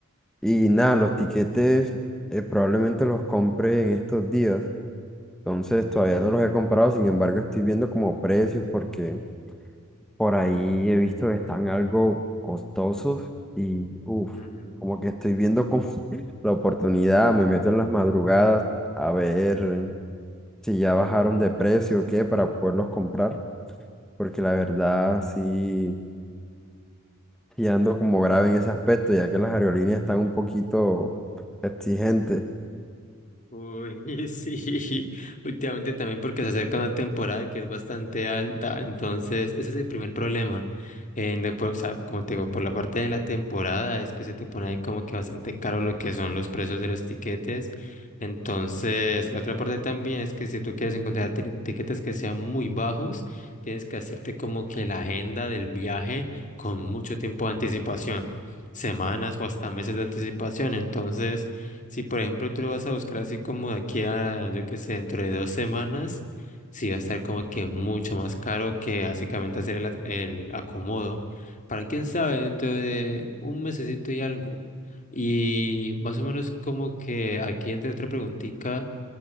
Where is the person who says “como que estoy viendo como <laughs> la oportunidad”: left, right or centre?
Centre